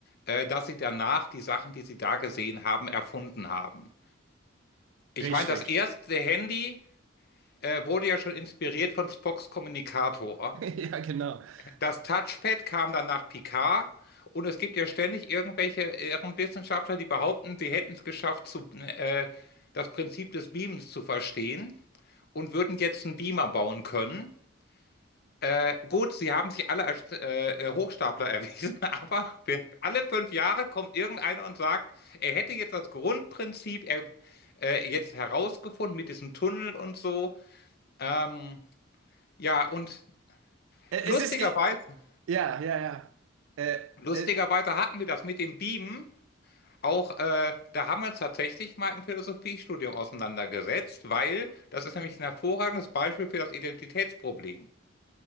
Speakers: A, on the left; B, on the right.
A: äh, dass sie danach die Sachen, die sie da gesehen haben, erfunden haben. Ich
B: richtig.
A: meine, das erste
B: <laughs>
A: Handy äh, wurde ja schon inspiriert von Spocks Kommunikator.
B: Ja, genau. <laughs>
A: Das Touchpad kam dann nach Picard und es gibt ja ständig irgendwelche Ehrenwissenschaftler, die behaupten, sie hätten es geschafft, zu, äh, das Prinzip des Beamens zu verstehen und würden jetzt einen Beamer bauen können. Äh, gut, sie haben sich alle als äh, äh, Hochstapler <laughs> erwiesen, aber alle fünf Jahre kommt irgendeiner und sagt, er hätte jetzt das Grundprinzip er, äh, jetzt herausgefunden mit diesem Tunnel und so. Ähm, ja, und
B: Es
A: lustigerweise,
B: ist. Ja, ja, ja. Äh,
A: lustigerweise
B: äh,
A: hatten wir das mit dem Beamen Auch äh, da haben wir uns tatsächlich mal im Philosophiestudium auseinandergesetzt, weil das ist nämlich ein hervorragendes Beispiel für das Identitätsproblem.